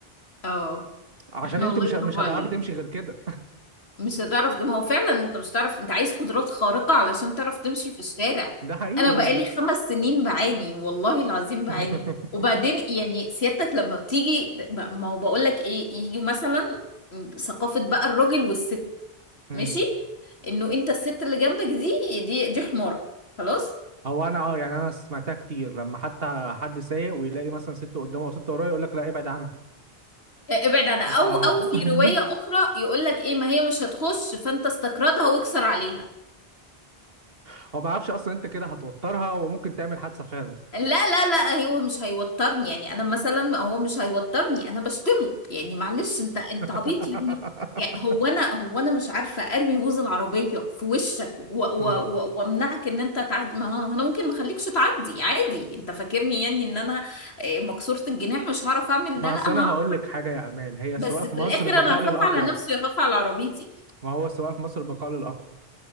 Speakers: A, on the left (about 85°); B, on the right (about 65°).
A: اه
B: عشان
A: احنا
B: انت
A: والله
B: مش
A: برافو
B: مش هتعرفي
A: علينا
B: تمشي غير كده
A: مش هتعرف ما هو فعلا انت مش هتعرف انت عايز قدرات خارقة علشان تعرف تمشي في الشارع
B: ده حقيقي
A: انا
B: والد...
A: بقالي خمس سنين بعاني والله العظيم بعاني
B: <laughs>
A: وبعدين يعني سيادتك لما بتيجي ما هو بقول لك ايه يجي مثلا ثقافة بقى الراجل والست
B: مم.
A: ماشي انه انت الست اللي جنبك دي دي دي حمارة خلاص
B: هو انا اه يعني انا سمعتها كتير لما حتى حد سايق ويلاقي مثلا ست قدامه او ست وراه يقول لك لا ابعد عنها
A: اه، ابعد عنها
B: اه
A: او او في رواية اخرى يقول لك ايه ما هي مش هتخش فانت استكردها واكسر عليها
B: <laughs> هو ما يعرفش اصلا انت كده هتوترها وممكن تعمل حادثه فعلا
A: لا لا لا هو مش هيوترني يعني انا مثلا ما هو مش هيوترني انا بشتمه يعني معلش انت انت
B: <laughs>
A: عبيط يعني يعني هو انا هو انا مش عارفه اروي ووز العربيه في وشك و- و-
B: مم.
A: و- وامنعك ان انت تعدي ما هو انا ممكن ما اخليكش تعدي عادي انت فاكرني يعني ان انا آه، مكسوره الجناح مش هعرف اعمل
B: ما
A: ده لا
B: اصل انا
A: هعرف
B: هقول لك حاجه يا امال هي السواقه
A: بس
B: في
A: في
B: مصر
A: الاخر
B: البقاء
A: انا
B: للاقوى
A: هخاف على نفسي وهخاف على عربيتي
B: ما هو السواقه في مصر البقاء للاقوى